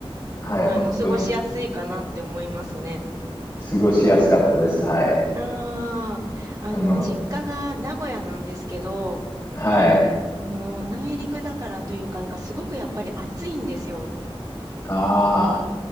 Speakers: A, on the left (about 25°); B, on the right (about 40°).
A: はい。
B: あの、
A: 本当
B: 過ごしやすいかなって思いますね。
A: 過ごしやすかったです。はい。
B: ああ、あの、
A: あの、
B: 実家が名古屋なんですけど、
A: はい。
B: あの、内陸だからというか、なんかすごくやっぱり暑いんですよ。
A: ああ。